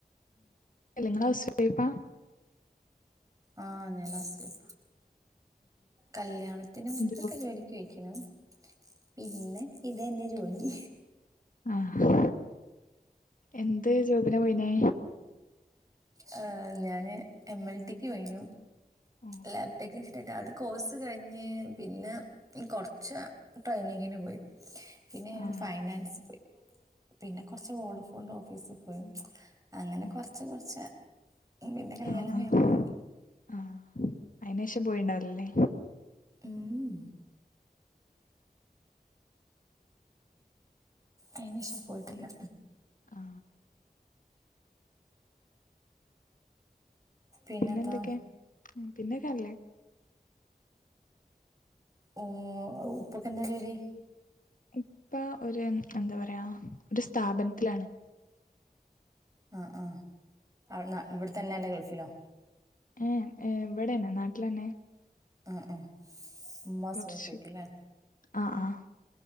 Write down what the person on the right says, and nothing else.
ആഹ ഞാൻ ഹൌസ് വൈഫ കല്യാണത്തിന് മുൻ്പൊക്കെ
ജോലിക്ക് പൊയ്ക്കണ് പിന്നെ ഇത് തന്നെ ജോലി
ഹ് ഞാന് എം എൽ ടിക്ക് പോയിനു
ലാപ്ടക്ക് വെച്ചിട്ട അത് കോഴ്സ് കഴിഞ്ഞ് പിന്നെ കൊറച്ച് ട്രെയിനിങ്ങിന് പോയി. പിന്നെ ഞ
ഫൈനാൻസി പോയി പിന്നെ കൊറച്ച് വോഡഫോന്റെ ഓഫീസ് പോയി അങ്ങനെ
കൊർച്ച് കൊർച്ച് ഉ പിന്നെ കല്യാണം
കഴിഞ്ഞ്
ഉം അയിനേഷം പോയിട്ടില്ല.
പിന്നെന്താ
ഓ ഉപ്പക്ക് എന്താ ജോലി?
ആ ആ അ ഇവിടെ തന്നെ അല്ലെങ്കി ഗൾഫിലോ?
ആ ആ ഉമ്മ ഹൗസ്
വൈഫക്കുംല്ലേ?